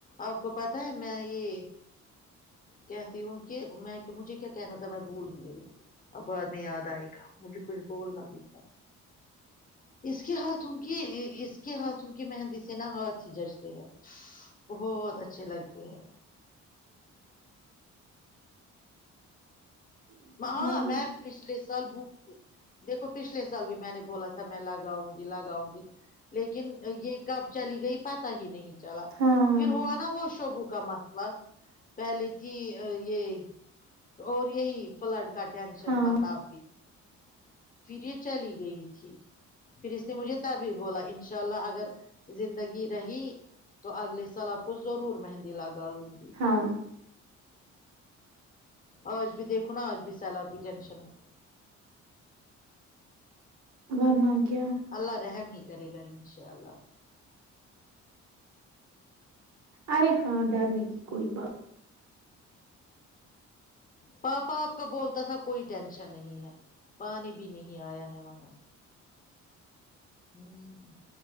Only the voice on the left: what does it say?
آپ کو پتا ہے میں یہ کہتی ہوں کہ میں مجھے کیا کہنا تھا میں گول ہی گئی اب بعد میں یاد آئے گا مجھے کچھ بولنا بھی تھا
اس کے ہاتھوں کی اس کے ہاتھوں کی مہندی سے نا ہاتھ ہی ججتے ہے بہت اچھھی لگتی ہے ماں
میں پچھلے سال ب دیکھو پچھلے سال بھی میں نے بولا تھا میں لاگاؤں گی لگاؤں گی لیکن یہ کب چلی گئی پت ہی نہیں چلا
پھر ہوا نا وہ شبو کا مسئلہ پہلے تھی یہ اور یہی فلڈ کا ٹینشن
تھا تب بھی پھر یہ چلی گئی تھی پھر اس نے مجھے تبھی بولا انشاء اللہ اگر زندگی رہی تو اگلے سال آپ کو ضرور مہندی لگا لوں گی
آج بھی دیکھو نا آج بھی سیلاب کی ٹینشن ہے
اللہ رحم ہی کرے گا انشاء اللہ
پاپا آپ کا بولتا تھا کوئی ٹینشن نہیں ہے پانی بھی نہیں آیا ہے وہاں ہ